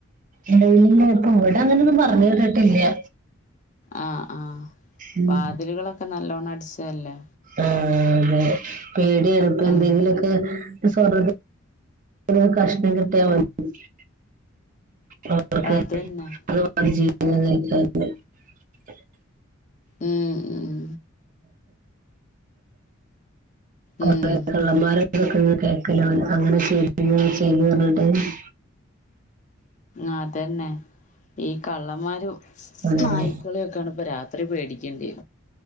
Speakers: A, on the right; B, on the left.
A: ഇല്ലെ ഇപ്പൊ ഇവ്ടെ അങ്ങനൊന്നും പറഞ്ഞ് കേട്ട്ട്ടില്ല.
B: ആഹ് ആഹ്
A: ഉം
B: വാതിലുകളൊക്കെ നല്ലോണ്ണം അടച്ചതല്ലേ.
A: ആഹ് അതെ പേടിയാണ് ഇപ്പ എന്തെങ്കിലോക്കെ
B: ഉം
A: പ്പോസ്വർണത് ന്റെയ് കഷ്ണം കിട്ടിയമതി അവക്ക്. അത്
B: അതന്നെ
A: രു പാട് ജീവ <unintelligible>
B: ആഹ് ആഹ്
A: കൊറെ
B: ഉം
A: കള്ളന്മാരൊക്കെ കേക്കലണ് അങ്ങനെ ചെയ്ല് ഇങ്ങനെ ചെയ് പർഞ്ഞിട്ട്.
B: ആഹ് അതന്നെ ഈ കള്ളമാരും
A: അങ്ങനെ
B: നായി ക്കളെക്കാണ് ഇപ്പൊ രാത്രി പേടിക്കേണ്ടന്നെ.